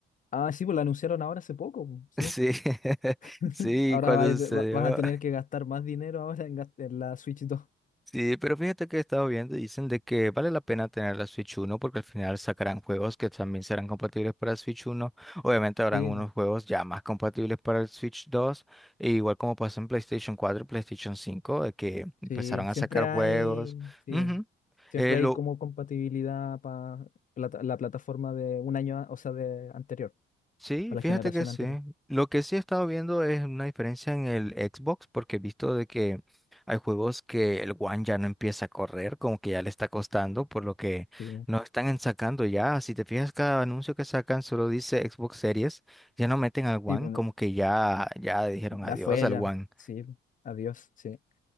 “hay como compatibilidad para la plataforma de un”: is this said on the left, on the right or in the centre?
Left